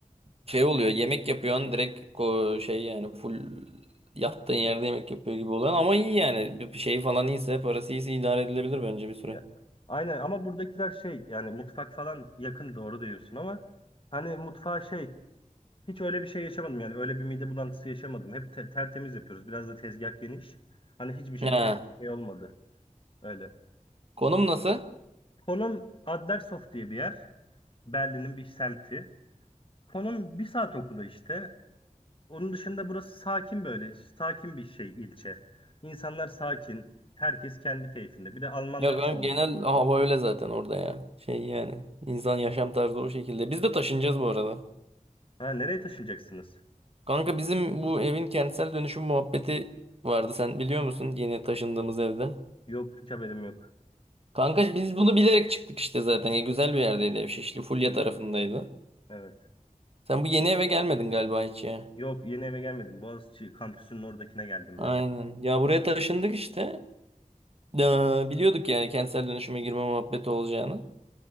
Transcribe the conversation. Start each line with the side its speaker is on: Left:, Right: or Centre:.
Right: Şey oluyor yemek yapıyorsun direkt ko- şey yani full yattığın yerde yemek yapıyor gibi oluyor ama iyi yani bir şey falan iyiyse parası iyiyse idare edilebilir bence bir süre.
Left: Ya, aynen ama buradakiler şey yani mutfak falan yakın doğru diyorsun ama hani mutfağa şey hiç öyle bir şey yaşamadım yani öyle bir mide bulantısı yaşamadım. Hep te- tertemiz yapıyoruz. Biraz da tezgah geniş. Hani hiçbir şey
Right: Ha.
Left: düşme- şey olmadı. Öyle.
Right: Konum nasıl?
Left: Konum Adlershof diye bir yer. Berlin'in bir semti. Konum bir saat okula işte. Onun dışında burası sakin böyle. Sakin bir şey ilçe. İnsanlar sakin. Herkes kendi keyfinde. Bir de Almanlar
Right: Ya kanka
Left: çoğunlukla.
Right: genel hava öyle zaten orada ya. Şey yani. insan yaşam tarzı o şekilde. Biz de taşınacağız bu arada.
Left: Ha nereye taşınacaksınız?
Right: Kanka bizim bu evin kentsel dönüşüm muhabbeti vardı. Sen biliyor musun yeni taşındığımız evde?
Left: Yok hiç haberim yok.
Right: Kanka biz bunu bilerek çıktık işte zaten. Ya güzel bir yerdeydi ev. Şişli Fulya tarafındaydı.
Left: Evet.
Right: Sen bu yeni eve gelmedin galiba hiç ya.
Left: Yok yeni eve gelmedim. Boğaziçi kampüsünün oradakine geldim
Right: Aynen.
Left: ben.
Right: Ya buraya taşındık işte. Ee, biliyorduk yani kentsel dönüşüme girme muhabbeti olacağını.